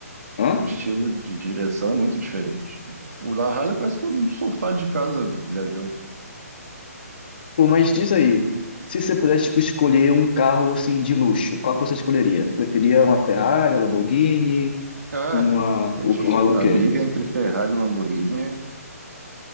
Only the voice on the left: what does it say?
hã?
Pô, mas diz aí, se você pudesse, tipo, escolher um carro, assim, de luxo, qual que você escolheria? Preferia uma Ferrari, uma Lamborghini?
Uma,
o-
uma o
quê?